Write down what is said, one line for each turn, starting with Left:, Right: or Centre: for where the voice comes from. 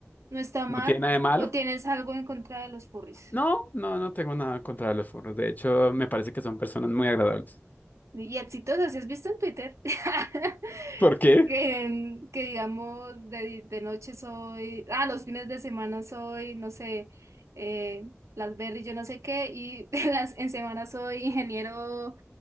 Right: no está mal.
Left: No tiene nada de malo.
Right: ¿O tienes algo en contra de los furries?
Left: No, no, no tengo nada contra los furros. De hecho, me parece que son personas muy agradables.
Right: Y exitosas, ¿sí has visto en Twitter? <laughs>
Left: ¿Por qué?
Right: Que, que digamos, de, de noche soy, ah, los fines de semana soy, no sé, eh, las berries, yo no sé qué, y <laughs> en las, en semana soy ingeniero